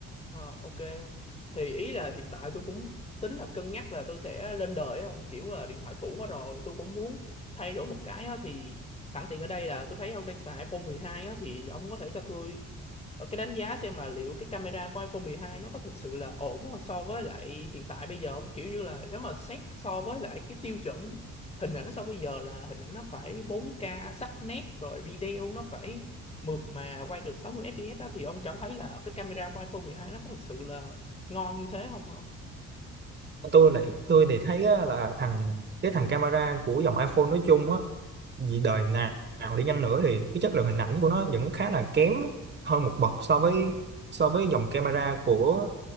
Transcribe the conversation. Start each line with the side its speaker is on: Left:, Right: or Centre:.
Left: Ờ ok không? Thì ý là hiện tại tôi cũng tính là cân nhắc là tôi sẽ lên đời ấy không? Kiểu là điện thoại cũ quá rồi tôi cũng muốn thay đổi một cái á thì sẵn tiện ở đây là tôi thấy ông đang xài iPhone 12 á thì ông có thể cho tôi Ờ, cái đánh giá xem là liệu cái camera của iPhone 12 nó có thực sự là ổn không so với lại hiện tại bây giờ không? Kiểu như là nếu mà xét so với lại cái tiêu chuẩn hình ảnh so bây giờ là hình ảnh nó phải 4K sắc nét rồi video nó phải mượt mà quay được 60 fps đó thì ông cảm thấy là cái camera của iPhone 12 nó có thực sự là ngon như thế không không?
Right: tôi lại tôi thì thấy á, là thằng cái thằng camera của dòng iPhone nói chung á vì đời nào nào đi chăng nữa thì cái chất lượng hình ảnh của nó vẫn khá là kém hơn một bậc so với so với dòng camera của